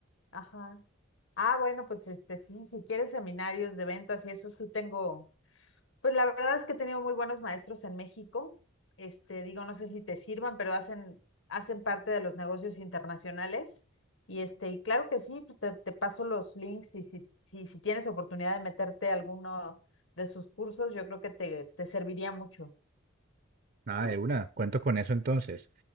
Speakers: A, on the left (about 65°); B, on the right (about 45°).
A: ajá. Ah, bueno, pues este sí, si quieres seminarios de ventas y eso sí tengo Pues la verdad es que he tenido muy buenos maestros en México. Este, digo, no sé si te sirvan, pero hacen, hacen parte de los negocios internacionales. Y este, y claro que sí, pues te, te paso los links y si, si, si tienes oportunidad de meterte a alguno de sus cursos, yo creo que te, te serviría mucho.
B: Nada de una, cuento con eso entonces.